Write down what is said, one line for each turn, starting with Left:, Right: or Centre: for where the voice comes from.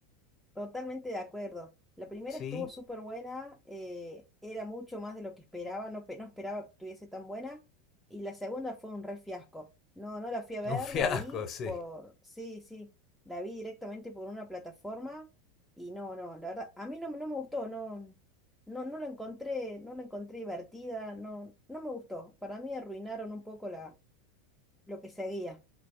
Centre: Totalmente de acuerdo. La primera
Left: Sí,
Centre: estuvo súper buena, eh, era mucho más de lo que esperaba, no, pe- no esperaba que estuviese tan buena. Y la segunda fue un re fiasco. No, no la fui a ver,
Left: un fiasco,
Centre: la vi
Left: sí.
Centre: por, sí, sí, la vi directamente por una plataforma y no, no, la verdad, a mí no, me- no me gustó, no, no, no la encontré, no la encontré divertida, no, no me gustó. Para mí arruinaron un poco la, lo que seguía.